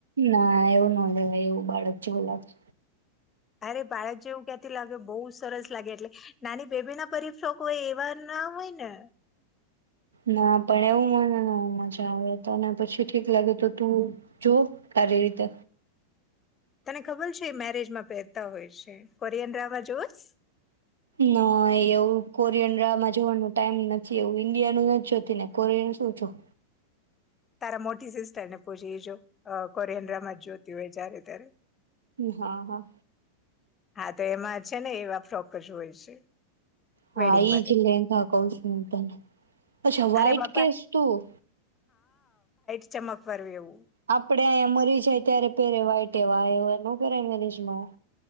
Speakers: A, on the right; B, on the left.
A: ના એવું ન લેવાય એવું બાળક જેવું લાગે.
B: અરે બાળક જેવું ક્યાંથી લાગે, બહુ સરસ લાગે એટલે નાની બેબી ના પરીફ્રોક હોય એવા ના હોય ને.
A: ના પણ એવું મને નો મજા આવે, તને પછી જી ઠીક લાગે તો તું જો તારી રીતે.
B: તને ખબર છે એ મેરેજમાં પહેરતા હોય છે, કોરિયન ડ્રામા જોવસ?
A: ના એવું કોરિયન ડ્રામા જોવાનું ટાઈમ નથી એવું, ઈન્ડિયાનું નથ જોતી ને કોરિયનનું શું જોઉં.
B: તારા મોટી સિસ્ટર ને પૂછી જો કોરિયન ડ્રામા જોતી હોય જ્યારે ત્યારે.
A: હા, હા.
B: હા તો એમાં છે ને એવા ફ્રોક જ હોય છે.
A: હા
B: વેડિંગ
A: ઈ
B: માટે
A: જ લેંઘા કઉં છું હું તને, અચ્છા વ્હાઈટ
B: અરે બાપા
A: કેસ તું.
B: ચમકવાળું એવું.
A: આપડે અહીંયા મરી જાય ત્યારે પેરે વાઇટ એવા એવા નો પેરાય મેરેજમાં.